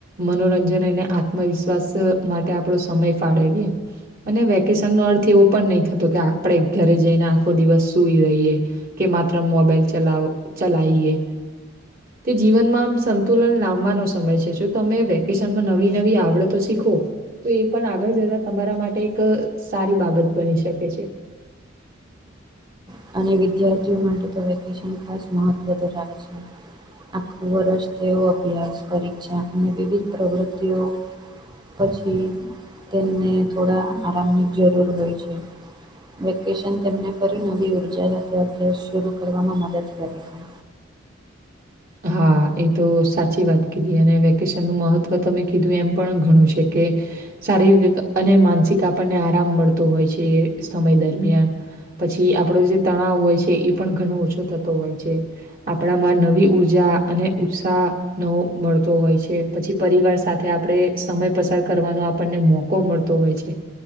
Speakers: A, on the right (about 45°); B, on the right (about 20°).
A: મનોરંજન અનેને આત્મવિશ્વાસ માટે આપણો સમય ફાળવીએ. અને વેકેશન નો અર્થ એવો પણ નહી થતો કે આપણે ઘરે જઈને આખો દિવસ સુું રહીએ. કે માત્ર મોબાઈલ ચલાવ ચલાઈએ. તે જીવનમાં આમ સંતુલન લાવવા. સમય છે જો તમે વેકેશનમાં નવી નવી આવડતો શીખો. તો એ પણ આગળ જતા તમારા માટે એક સારી બાબત બની શકે છે.
B: હ અને વિદ્યાર્થીઓ માટે તો વેકેશન ખાસ મહત્વ ધરાવે છે. આખું વર્ષ તેઓ અભ્યાસ પરીક્ષા અને વિવિધ પ્રવૃત્તિઓ પછી તેલને થોડા આરામની જરૂર હોય છે. વકેશન તેમને ફરી નવી ઉર્જા સાથેતે અભ્યાસ શરૂ કરવામાં મદદ કરી છે.
A: હા એ તો સાચી વાત કીધી અને વેકેશનનું મહત્ત્વ ત મેમે કીધું એમ પણ ઘણું છે કે. શારીરિક અને માનસિક આપણને આરામ મળતો હોય છે એ સમય દરમિયાન. પછી આપણો જે તણાવ હોય છે એ પણ ઘણો ઓછો થતો હોય છે આપણામાં નવી ઉર્જા. જા અને ઉત્સાહ. નવો મળતો હોય છે પછી પરિવાર સાથે આપણે સમય પસાર કરવાનો આપણને મો. કો મળતો હોય છે.